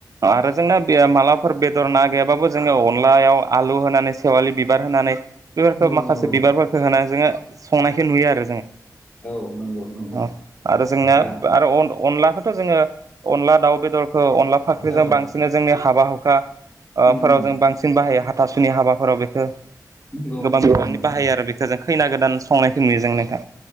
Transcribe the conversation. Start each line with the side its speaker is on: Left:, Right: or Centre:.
Right: आरो जोंना बे मालाबफोर बेदर ना गैयाबाबो जोङो अनलायाव आलु होनानै सेवालि बिबार होनानै बेफोरखौ
Left: नंगौ
Right: माखासे
Left: नंगौ
Right: बिबारफोरखौ होनानै जोङो संनायखौ नुयो आरो जोङो अ
Left: औ नंगौ नंगौ
Right: आरो जोंना
Left: दा
Right: आरो अन अनलाखौथ' जोङो अनला दाउ बेदरखौ अनला फाख्रिजों
Left: औ
Right: बांसिनै जोंनि हाबा हुखा ओ
Left: उम
Right: फोराव
Left: उम
Right: जों बांसिन बाहायो हाथासुनि हाबाफोराव बेखौ
Left: नंगौ
Right: गोबां
Left: नंगौ
Right: गोबांनि
Left: नोंथां
Right: बाहायो आरो बेखौ खैना गोदान संनायखौ नुयो जों नोंथां